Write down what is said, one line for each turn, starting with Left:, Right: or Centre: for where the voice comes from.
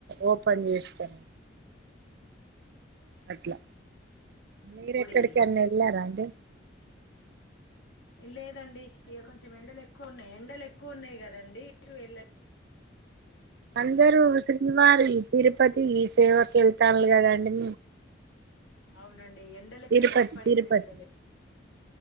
Right: ఓపెన్ చేస్తారు అట్లా మీరెక్కడికెన్న
Left: అంటే గుడి కట్టి
Right: వెళ్ళారాండీ
Left: లేదండి ఇక కొంచెం ఎండలు ఎక్కువ ఉన్నాయి ఎండలు ఎక్కువ ఉన్నాయి కదండి ఎటు వెళ్ళలేదు
Right: అందరూ శ్రీవారి తిరుపతి ఈ సేవకి వెళ్తారు కదాండి
Left: అవునండి ఎండలకే
Right: తిరుపతి
Left: భయపడి
Right: తిరుపతి
Left: ఎటూ ఏళ్లలేదు